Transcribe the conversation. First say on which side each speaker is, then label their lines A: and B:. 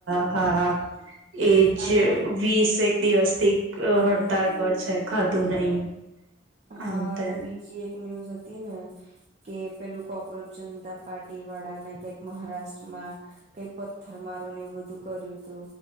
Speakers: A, on the right; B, on the right.
A: હા હા એજ
B: અને
A: વીસેક દિવસ થી
B: હમ
A: હડતાલ પર છે. ખાધુ નહી આમ
B: હા
A: તેમ
B: અને બીજી એક ન્યૂઝ હતી, ને કે પેલુ કોક્રોચ જનતા પાર્ટ વાળા ને કઈક મહારાષ્ટ્રમા કઈ પથ્થર મારવાને એવુ બધુ કર્યુ હતુ.